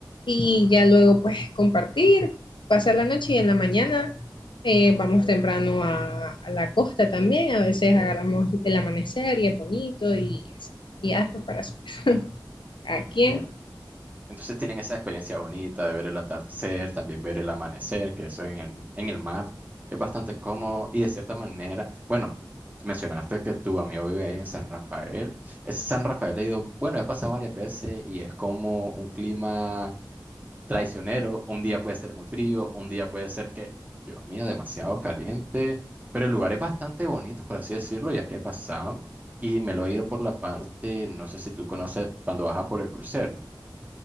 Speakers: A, on the left; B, on the right.
A: Y ya luego, pues compartir, pasar la noche y en la mañana eh, vamos temprano a, a la costa también. A veces agarramos el amanecer y es bonito y así. Y ya después para su. casa. ¿A quién?
B: ¿Entiendes? Entonces tienen esa experiencia bonita de ver el atardecer, también ver el amanecer, que eso en el, en el mar es bastante cómodo y de cierta manera, bueno, mencionaste que tu amigo vive ahí en San Rafael. Es San Rafael, he ido, bueno, he pasado varias veces y es como un clima traicionero. Un día puede ser muy frío, un día puede ser que, Dios mío, demasiado caliente, pero el lugar es bastante bonito, por así decirlo, ya que he pasado y me lo he ido por la parte, no sé si tú conoces, cuando bajas por el crucero.